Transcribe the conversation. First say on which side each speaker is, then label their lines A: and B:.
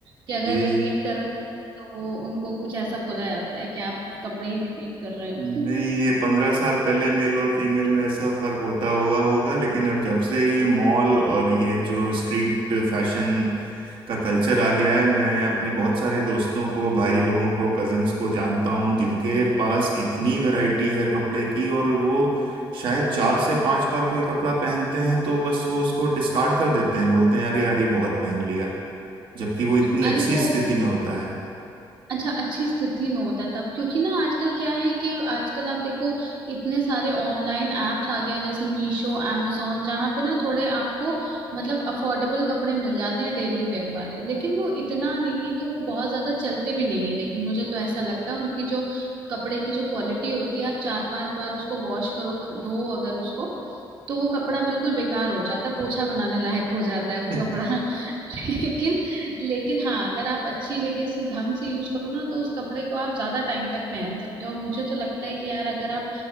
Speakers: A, on the right; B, on the right.
A: कि अगर
B: ये
A: रिपीट कर रहे हो तो वो उनको कुछ ऐसा बोला जाता है कि आप कपड़े ही रिपीट कर रहे हो
B: नहीं
A: <laughs>
B: ये पंद्रह साल पहले मेल और फीमेल में ऐसा फर्क होता हुआ होगा लेकिन अब जब से ये मॉल और ये जो स्ट्रीट फैशन का कल्चर आ गया है मैं अपने बहुत सारे दोस्तों को भाई लोगों को कजिन्स को जानता हूँ जिनके पास इतनी वैरायटी है कपड़े की और वो शायद चार
A: हम्म।
B: से पांच बार कोई कपड़ा पहनते हैं तो बस वो उसको डिस्कार्ड कर देते हैं बोलते हैं अरे यार ये बहुत पहन लिया जबकि वो इतनी
A: अरे
B: अच्छी
A: वो
B: स्थिति में होता है
A: अच्छा अच्छी स्थिति में होता है तब क्योंकि ना आजकल क्या है कि आजकल आप देखो इतने सारे ऑनलाइन एप्स आ गए हैं जैसे मीशो amazon जहाँ पे ना थोड़े आपको मतलब अफोर्डेबल कपड़े मिल जाते हैं डेली वेयर वाले लेकिन वो इतना नहीं है कि वो बहुत ज्यादा चलते भी नहीं है लेकिन मुझे तो ऐसा लगता है उनकी जो कपड़े की जो क्वालिटी होती है आप चार पांच बार उसको वॉश करो धो अगर उसको तो वो कपड़ा बिल्कुल बेकार हो जाता है पोछा बनाने लायक हो जाता है वो
B: <laughs>
A: कपड़ा <laughs> लेकिन लेकिन हाँ अगर आप अच्छी जगह से ढंग से यूज करो ना तो उस कपड़े को आप ज्यादा टाइम तक पहन सकते हो मुझे तो लगता है कि यार अगर आप